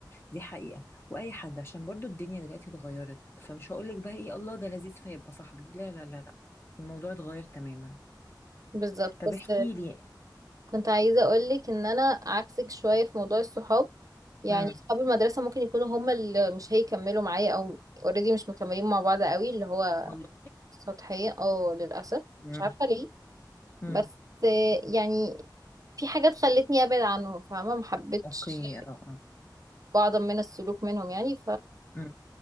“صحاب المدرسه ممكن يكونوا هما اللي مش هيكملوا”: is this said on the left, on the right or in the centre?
Right